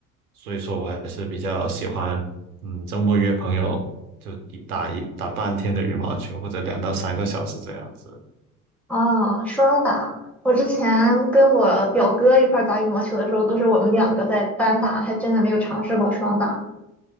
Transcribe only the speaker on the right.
所以说我还是比较喜欢，嗯，周末约朋友就一打一打半天的羽毛球，或者两到三个小时这样子。